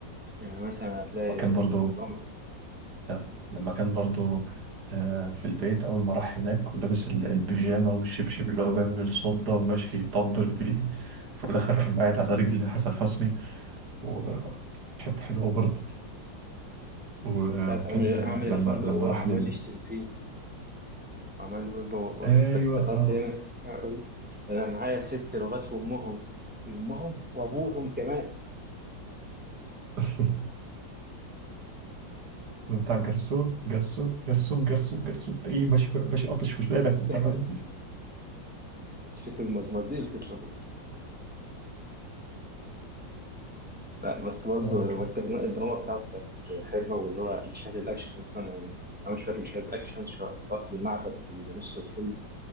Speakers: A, in the centre; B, on the right (about 55°).
A: يعني مثلا هتلاقي
B: وكان برضو
A: الدراما
B: لا، لما كان برضو آه، في البيت اول ما راح هناك ولابس ال- البيجامه والشبشب اللي هو بيعمل صوت ده وماشي يطبل بيه في الاخر قاعد على رجل حسن حسني وحتة حلوة برضه و-
A: وبتاعت
B: وكان
A: عامل عامل الفندق
B: لما لما
A: وهو
B: راح
A: عمال
B: لل
A: يشتم فيه عمال يقول له
B: أيوة
A: انت افتكرت
B: آه
A: هنا ده انا معايا ست لغات في امهم امهم وابوهم كمان
B: <laughs> بتاع جرسون جرسون جرسون جرسون جرسون تلاقيه ماشي ماشي قاطش وشنانك وأنت
A: <laughs>
B: معدي
A: شوف المزمزيل تطلع لا بس برضه
B: اه كده
A: الكلمة- الدراما بتاعته كانت حلوه واللي هو مشاهد الاكشن اصلا يعني انا مش فاكر مشاهد اكشن سواء سواء في المعبد في نص الفيلم